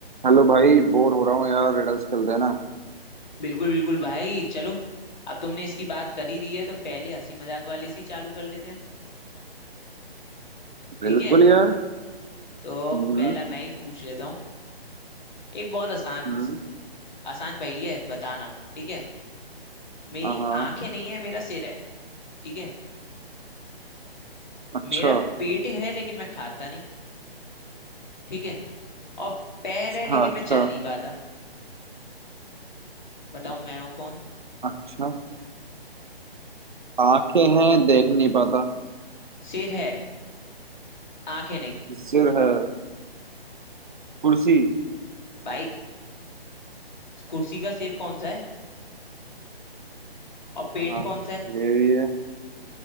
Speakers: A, on the right (about 50°); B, on the left (about 50°).
A: Hello भाई bore हो रहा हूँ यार रिडल्स खेलते हैं ना
B: बिल्कुल बिल्कुल भाई चलो अब तुमने इसकी बात कर ही दी है तो पहले हंसी मजाक वाले से ही चालू कर लेते हैं ठीक
A: बिल्कुल
B: है
A: यार
B: तो
A: हम्म
B: पहला मैं ही पूछ लेता हूँ एक बहुत आसान
A: हम्म
B: आसान पहेली है बताना ठीक है मेरी
A: हाँ
B: आंखें नहीं है मेरा सिर है ठीक है
A: अच्छा
B: मेरा पेट है लेकिन मैं खाता नहीं ठीक है और पैर है लेकिन
A: हाँ अच्छा
B: मैं चल नहीं पाता बताऊं मैं हूं कौन
A: अच्छा आंखें हैं देख नहीं पाता
B: सिर है आंखें नहीं
A: सिर है कुर्सी
B: भाई कुर्सी का सिर कौन सा है और पेट
A: हाँ
B: कौन सा है
A: ये भी है